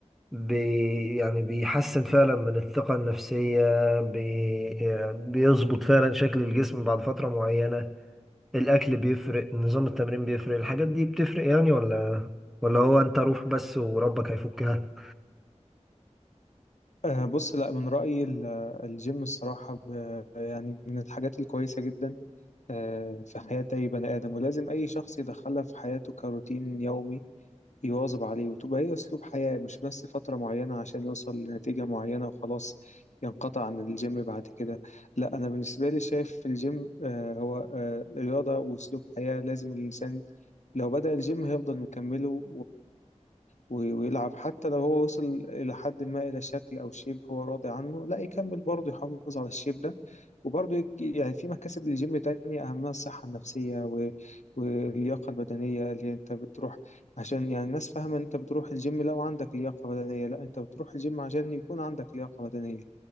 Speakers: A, in the centre; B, on the left.
A: بي يعني بيحسن فعلا من الثقة النفسية بي آه، بيظبط فعلا شكل الجسم بعد فترة معينة الأكل بيفرق نظام التمرين بيفرق الحاجات دي بتفرق يعني ولا ولا هو انت روح بس وربك هيفكها
B: أه بص لا من رأيي ال- الجيم الصراحة ب- يعني من الحاجات الكويسة جدا أه في حياة أي بني آدم ولازم أي شخص يدخلها في حياته كروتين يومي يواظب عليه وتبقى هي أسلوب حياة مش بس فترة معينة عشان يوصل لنتيجة معينة وخلاص ينقطع عن الجيم بعد كده لا أنا بالنسبة لي شايف الجيم أه هو أه رياضة وأسلوب حياة لازم الإنسان لو بدأ الجيم هيفضل مكمله و- ويلعب حتى لو هو وصل إلى حد ما إلى شكل أو شيب هو راضي عنه لا يكمل برضه يحافظ على الشيب ده وبرضه يك- يعني في مكاسب للجيم تانية أهمها الصحة النفسية و- واللياقة البدنية اللي هي أنت بتروح عشان يعني الناس فاهمة إن أنت بتروح الجيم لو عندك لياقة بدنية لا أنت بتروح الجيم عشان يكون عندك لياقة بدنية